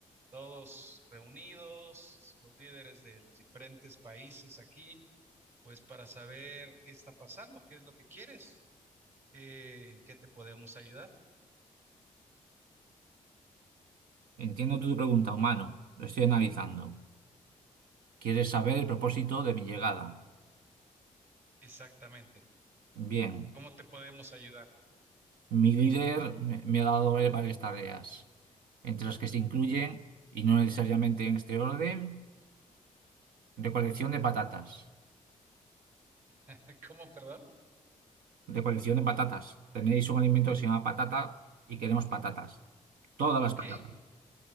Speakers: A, on the right; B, on the right.
A: todos reunidos, los líderes de los diferentes países aquí. pues para saber qué está pasando, qué es lo que quieres, eh, en qué te podemos ayudar.
B: Entiendo tu pregunta, humano. Lo estoy analizando. ¿Quieres saber el propósito de mi llegada?
A: Exactamente.
B: Bien.
A: ¿Cómo te podemos ayudar?
B: Mi líder me, me ha dado varias tareas, entre las que se incluyen, y no necesariamente en este orden, recolección de patatas.
A: <laughs> ¿Cómo, perdón?
B: Recolección de patatas. Tenéis un alimento que se llama patata y queremos patatas. Todas
A: Ok,
B: las patatas.